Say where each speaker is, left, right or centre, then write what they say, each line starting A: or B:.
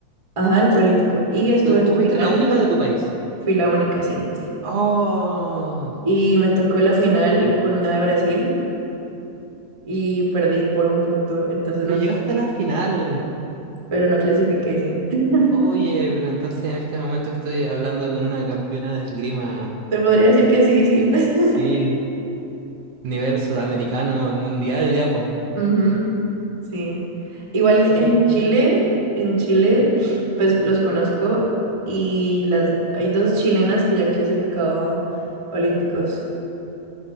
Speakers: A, on the right; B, on the right.
A: ajá, el preolímpico. Y estuve
B: Entonces
A: en
B: tú
A: la
B: fuiste
A: final,
B: la única de tu país.
A: fui la única, sí.
B: Oh,
A: Y me tocó la final con una de Brasil y perdí por un punto, entonces
B: pero
A: no,
B: llegaste
A: clas-
B: a la final.
A: pero no clasifiqué, sí. <laughs>
B: Oye, pero entonces en este momento estoy hablando con una campeona de esgrima
A: Te podría decir que sí, sí. <laughs>
B: Sí, nivel sudamericano, mundial ya, pues.
A: Ujú, sí. Igual
B: Sí.
A: en Chile, en Chile, pues los conozco y las, hay dos chilenas que ya han clasificado a Olímpicos.